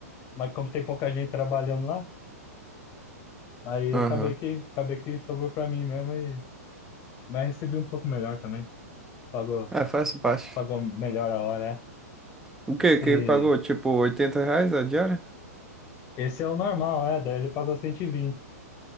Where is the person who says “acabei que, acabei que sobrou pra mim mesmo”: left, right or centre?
Left